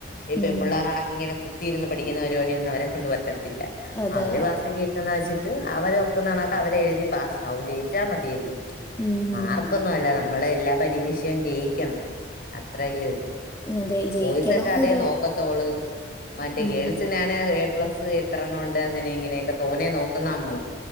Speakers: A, on the left; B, on the left.
A: ഈ പെൺപിളേളർ
B: ഉം
A: ആണ് ഇങ്ങനെ ഇരുന്നു പഠിക്കുന്ന പരിപാടി ഒന്നും അവരെ കൊണ്ടു പററ്റില്ല പറ്റത്തില്ല
B: അതാ
A: അവരെ വാസികയ <unintelligible> എന്ന് വെച്ചിട്ട് അവരെ ഒക്കെ നടന്ന അവരെഴുതി പാസാവും ജയിച്ചാൽ മതിയല്ലോ
B: ഉം
A: മാർക്കൊന്നും
B: ഉം
A: അല്ല നമ്മൾ എല്ലാ പരീക്ഷയും ജയിക്കണം അത്രല്ലേ ഉള്ളൂ
B: അതെ ജയിക്കണന്നൊരു
A: ബോയ്സൊക്കെ അത നോക്കത്തോൾ മറ്റേ
B: ഉം
A: ഗേൾസിനാണ് പ്ലസ് എത്രണ്ണം ഉണ്ട് അങ്ങനെ ഇങ്ങനെയൊക്കെ തോന്നേ നോക്കുന്ന നമ്മൾ